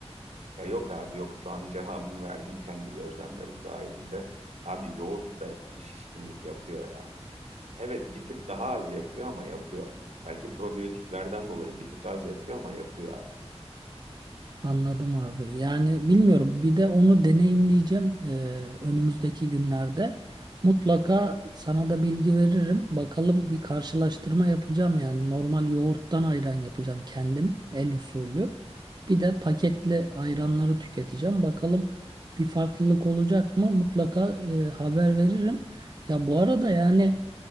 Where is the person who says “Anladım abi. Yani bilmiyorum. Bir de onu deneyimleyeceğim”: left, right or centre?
Right